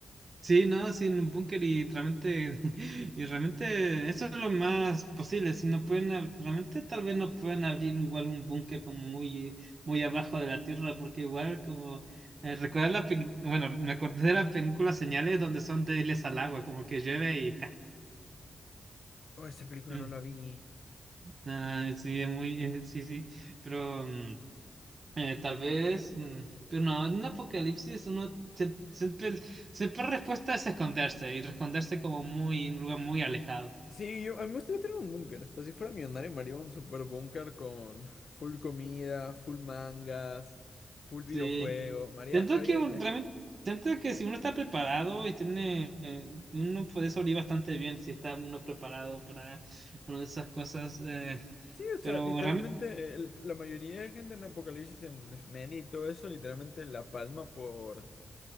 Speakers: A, on the right; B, on the left.
A: Sí, no, sin un búnker y realmente, <laughs> y realmente eso es lo más posible. Si no pueden, ab- realmente tal vez no puedan abrir igual un búnker como muy, muy abajo de la tierra, porque igual como eh, recordar la, pe- bueno, me acordé de la película Señales donde son débiles al agua, como que llueve y
B: Oh, esa película no
A: <laughs>
B: la vi.
A: Ah, sí, es muy, eh, sí, sí, pero mm, eh, tal vez, mm, pero no, en un apocalipsis uno se- siempre, siempre respuesta es esconderse y esconderse como muy en un lugar muy alejado.
B: Sí, yo, a mí me gustaría tener un búnker. O sea, si fuera millonario, me haría un super búnker con full comida, full mangas, full videojuegos.
A: Sí.
B: María,
A: Siento
B: María
A: que un-
B: Isla.
A: realmente, siento que si uno está preparado y tiene, eh, uno puede sobrevivir bastante bien si está uno preparado para una de esas cosas. eh,
B: Sí, o sea,
A: pero
B: literalmente
A: realmente,
B: eh, el- la mayoría de gente en Apocalipsis, en Efeméride y todo eso, literalmente la palma por...